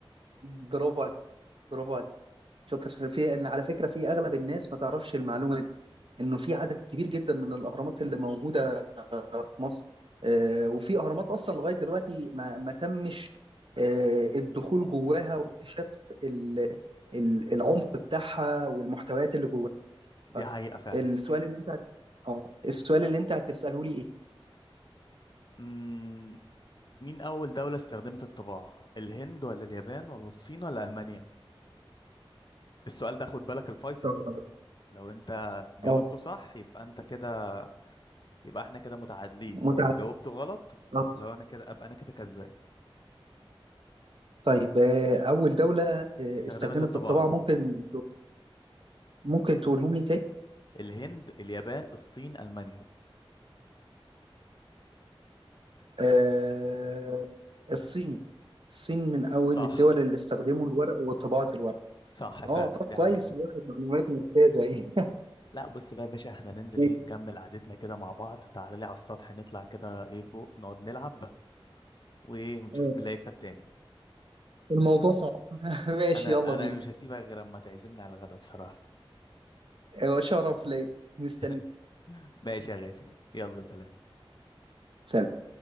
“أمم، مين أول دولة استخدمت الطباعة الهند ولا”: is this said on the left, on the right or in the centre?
Left